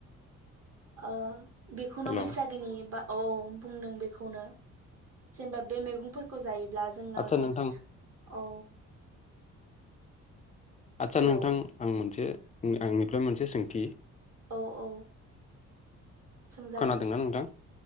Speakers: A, on the right; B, on the left.
A: ओ बेखौनो
B: हेलौ
A: बैसागोनि बा औ बुंदों बे खौनो जेनेबा बे मैगंफोरखौ जायोब ब्ला जोंनाव
B: आदसा
A: जेन
B: नोंथां
A: औ
B: आदसा
A: हेलौ
B: नोंथां आं मोनसे उम आंनिफ्राय मोनसे सोंथि
A: औ औ सोंजागोन
B: खोनादोंना नोंथां?